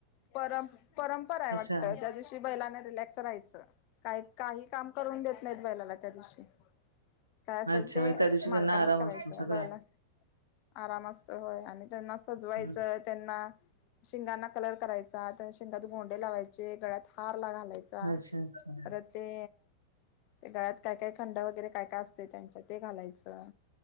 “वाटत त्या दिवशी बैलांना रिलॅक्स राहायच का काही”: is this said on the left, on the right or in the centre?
Left